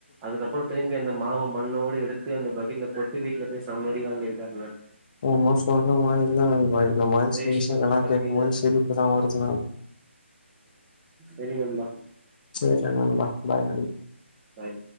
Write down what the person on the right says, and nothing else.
அதுக்கப்பற திரும்பி அந்த மாவு மண்ணோடு எடுத்து அந்த பக்கெட்ல போட்டு வீட்ல போய் சம்ம அடி வாங்கியிருக்காரு
இதே
நேர
பத்தின
தெரி வந்தா
பாய்